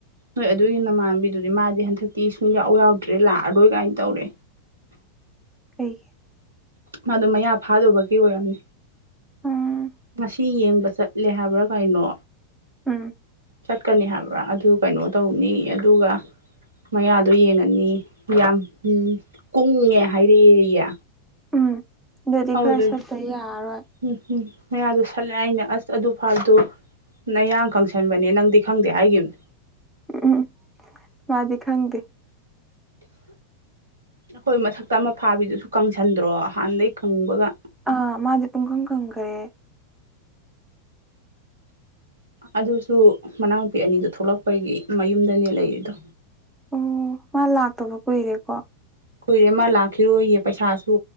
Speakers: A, on the right; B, in the centre.
A: ꯍꯣꯏ ꯑꯗꯨꯏ ꯅꯃꯥꯟꯕꯤꯗꯨꯗꯤ ꯃꯥꯗꯤ ꯍꯟꯗꯛꯇꯤ ꯁꯨꯡꯌꯥꯎ ꯌꯥꯎꯗ꯭ꯔꯦ ꯂꯥꯛꯑꯔꯣꯏ ꯒꯥꯏꯟ ꯇꯧꯔꯦ
B: ꯀꯩ
A: ꯃꯥꯗꯣ ꯃꯌꯥ ꯐꯥꯗꯨꯕꯒꯤ ꯑꯣꯏꯔꯝꯅꯤ
B: ꯎꯝ
A: ꯉꯁꯤ ꯌꯦꯡꯕ ꯆꯠꯂꯦ ꯍꯥꯏꯕ꯭ꯔꯥ ꯀꯩꯅꯣ
B: ꯎꯝ
A: ꯆꯠꯀꯅꯤ ꯍꯥꯏꯕ꯭ꯔꯥ ꯑꯗꯨ ꯀꯩꯅꯣ ꯇꯧꯅꯤꯌꯦ ꯑꯗꯨꯒ ꯃꯌꯥꯗꯣ ꯌꯦꯡꯉꯅꯤ ꯌꯥꯝ ꯀꯨꯡꯉꯦ ꯍꯥꯏꯔꯛꯑꯦꯌꯦ
B: ꯎꯝ ꯑꯗꯨꯗꯤ
A: ꯑꯗꯨꯗꯒꯤ
B: ꯈꯔ ꯆꯠꯄ ꯌꯥꯔꯔꯣꯏ
A: ꯎꯝ ꯎꯝ ꯃꯌꯥꯗꯣ ꯁꯠꯂꯦ ꯑꯩꯅ ꯑꯁ ꯑꯗꯨ ꯐꯥꯕꯗꯣ ꯅ ꯌꯥꯡ ꯀꯪꯁꯟꯕꯅꯦ ꯅꯪꯗꯤ ꯈꯪꯗꯦ ꯍꯥꯏꯒꯤꯅꯦ
B: ꯎꯝ ꯎꯝ ꯃꯥꯗꯤ ꯈꯪꯗꯦ
A: ꯑꯈꯣꯏ ꯃꯊꯛꯇ ꯑꯃ ꯐꯥꯕꯤꯗꯨꯁꯨ ꯀꯪꯁꯟꯗ꯭ꯔꯣ ꯍꯥꯟꯗꯩ ꯀꯪꯕꯒ
B: ꯑꯥ ꯃꯥꯖꯦ ꯄꯨꯡ ꯀꯪ ꯀꯪꯈꯔꯦ
A: ꯑꯗꯨꯁꯨ ꯃꯅꯥꯎꯄꯤ ꯑꯅꯤꯗꯨ ꯊꯣꯛꯂꯛꯄꯒꯤ ꯃꯌꯨꯝꯗꯅꯦ ꯂꯩꯔꯤꯗꯣ
B: ꯑꯣ ꯃꯥ ꯂꯥꯛꯇꯕ ꯀꯨꯏꯔꯦꯀꯣ
A: ꯀꯨꯏꯔꯦ ꯑꯃ ꯂꯥꯛꯈꯤꯔꯣꯌꯦ ꯄꯩꯁꯥꯁꯨ